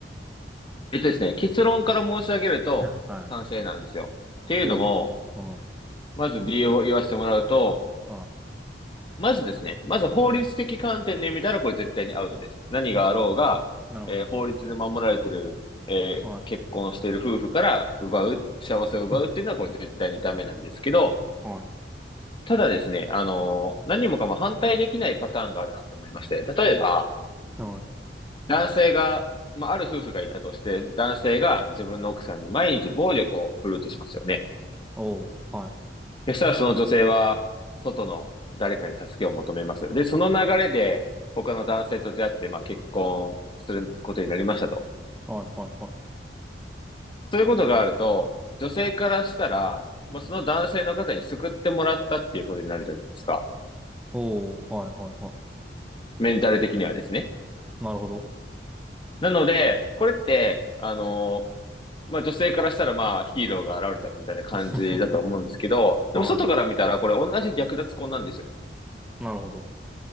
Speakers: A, on the left (about 30°); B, in the centre.
A: えっとですね、結論から申し上げると賛成なんですよ。
B: <laughs> はい。
A: っていうのも、
B: おう、は
A: まず理由を言わせてもらうと、
B: い、は
A: まずですね、まず法律的観点で見たらこれ絶対にアウトです。何があろうが、
B: い。なるほど。
A: えー法律で守られてる、えー結婚している夫婦から奪う、
B: は
A: 幸せを奪うっていうのはこれ絶対にダメなんですけど、
B: い。うんはい。
A: ただですね、あのー何もかも反対できないパターンがあるなと思いまして、例えば、
B: はい
A: 男性が、まあ、ある夫婦がいたとして、男性が自分の奥さんに毎日暴力を振るうとしますよね。
B: おお、はい。
A: そしたらその女性は、外の誰かに助けを求めます。で、その流れで、他の男性と出会って、まあ結婚することになりましたと。
B: はいはいはい。
A: そういうことがあると、女性からしたら、まあその男性の方に救ってもらったっていうことになるじゃないですか。
B: おお、はいはいは
A: メンタル的にはですね。
B: い。なるほど。
A: なので、これって、あの、まあ女性からしたらまあヒーローが現れたみたいな感じだと思うんですけど、
B: <laughs> はい。
A: でも外から見たらこれ同じ略奪婚なんですよ。
B: なるほど。